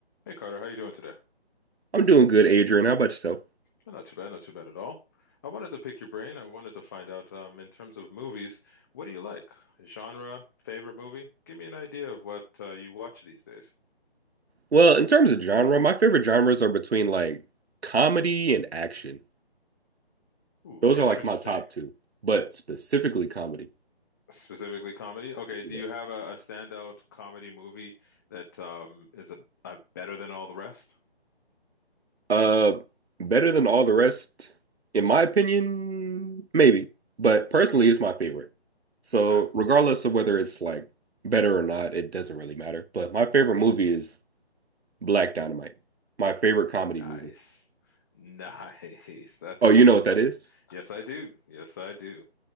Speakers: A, on the left; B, on the right.
A: Hey Carter, how you doing today?
B: I'm doing good, Adrian. How about yourself?
A: Oh, Not too bad, not too bad at all. I wanted to pick your brain. I wanted to find out, um, in terms of movies, what do you like? Genre, favorite movie? Give me an idea of what uh, you watch these days.
B: Well, in terms of genre, my favorite genres are between like comedy and action.
A: Ooh,
B: Those
A: interesting.
B: are like my top two, but specifically comedy.
A: Specifically comedy? Okay, do
B: Yeah.
A: you have a, a standout comedy movie that um, is a, a better than all the rest?
B: Uh, better than all the rest, in my opinion, maybe, but personally, it's my favorite. So,
A: Okay.
B: regardless of whether it's like better or not, it doesn't really matter. But my favorite movie is Black Dynamite, my favorite
A: Nice.
B: comedy movie.
A: Nice. <laughs> That's
B: Oh,
A: a
B: you
A: great
B: know what
A: one.
B: that is?
A: Yes, I do. Yes, I do.